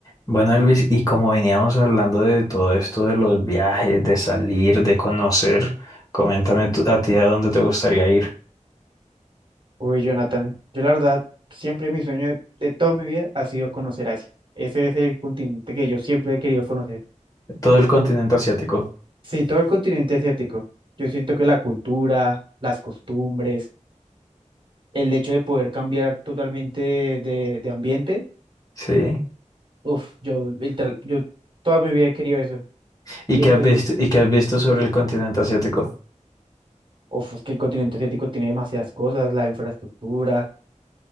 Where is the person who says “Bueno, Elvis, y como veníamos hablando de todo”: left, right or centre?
Left